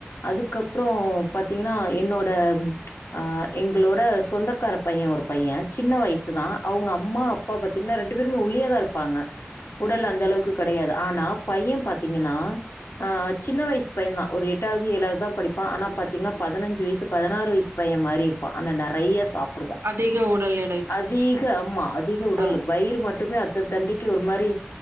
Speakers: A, on the left; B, on the right.
A: அதுக் அதுகப்றோ பாத்தீங்கன்னா என்னோட ம் அ எங்களோட சொந்தக் கார பையே ஒரு பையே சின்ன வயசுதா அவுங்க அம்மா அப்பா பாத்தீங்கன்னா ரெண்டு பேருமே ஒல்லியா தா இருப்பாங்க உடல் அந்தளவுக்கு கெடையாது ஆனா பையே பாத்திங்கன்னா சின்ன வயசு பையே தா ஒரு எட்டாவது ஏழாவதுதா படிப்பா ஆனா பாத்தீங்கன்னா பதினஞ்சு வயசு பதினாறு வயசு பையே மாரி இருப்பா ஆனா நறைய சாப் டுவா
B: அதிக உடல் எடை
A: அதீக ஆமா அதிக உடல்
B: ஆ
A: வயிறு மட்டுமே அ இத்த தண்டிக்கி ஒரு மாரி